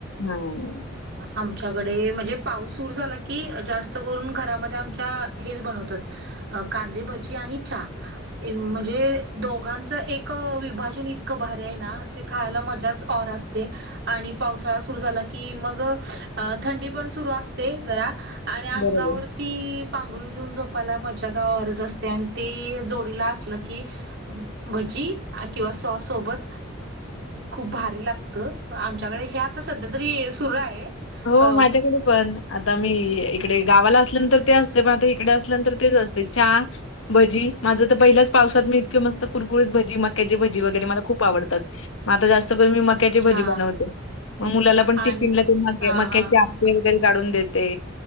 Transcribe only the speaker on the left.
हा
बरोबर.
हो
माझ्याकडे पण. आता मी इकडे गावाला असल्यानंतर ते असते पण आता इकडे असल्यानंतर तेच असते चहा. भजी माझं तर पहिल्याच पावसात मी इतके मस्त कुरकुरीत भजी मक्याची भजी वगैरे मला खूप आवडतात. ग आता जास्त करून मी
मक्याची भजी बनवते मग मुलाला पण
ती पिंलं ते
म मक्याचे
आपे. काढून देते